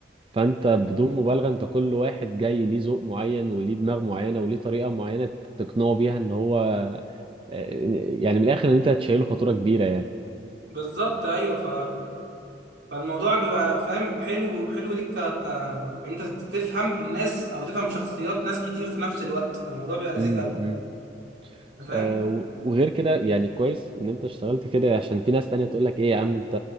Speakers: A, on the right (about 30°); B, on the right (about 75°).
A: فانت بدون مبالغه انت كل واحد جاي ليه ذوق معين وليه دماغ معينه وليه طريقه معينه تقنعه بيها ان هو آه، يعني من الاخر ان انت هتشيله فاتوره كبيره يعني
B: بالظبط ايوه ف... فالموضوع بيبقى فاهم حلو حلو ليك ك... ك... ان انت تفهم الناس او تفهم شخصيات ناس كتير في نفس الوقت فالموضوع بيبقى لذيذ
A: امم
B: قوي
A: امم
B: انت فاهم
A: آه، و- وغير كده يعني كويس ان انت اشتغلت كده عشان في ناس تانية تقول لك ايه يا عم انت